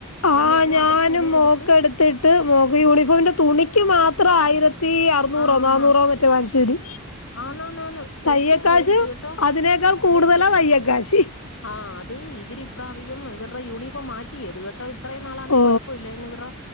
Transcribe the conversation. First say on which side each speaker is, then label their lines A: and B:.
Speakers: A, on the left (about 60°); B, on the left (about 75°).
A: അതെന്ന്
B: ആ
A: പറഞ്ഞാൽ
B: ഞാനും
A: അവര് തുണി കൊടുത്ത്
B: മോക്ക് എടുത്തിട്ട് മോക്ക് യൂണിഫോമിന്റെ തുണിക്ക് മാത്രം ആയിരത്തി ത്തി അറുന്നൂറോ
A: ആ
B: നന്നൂറോ
A: ആ
B: മറ്റോ വാങ്ങിച്ചവര്
A: ആന്നാന്നാന്ന് ശരിക്കങ്ങ്
B: തയ്യൽക്കാശ്
A: മേടിച്ചു കേട്ടോ
B: അതിനേക്കാൾ കൂടുതലാ
A: അത്
B: തയ്യൽക്കാശ്
A: ആ അത് ഇവരിപ്രാവശ്യം ഇവരുടെ യൂണിഫോം മാറ്റിയത് കേട്ടോ അത്രയും നാളാന്നേ
B: ഓ
A: കുഴപ്പ ഇല്ലായിരുന്നു. ഇവരുടെ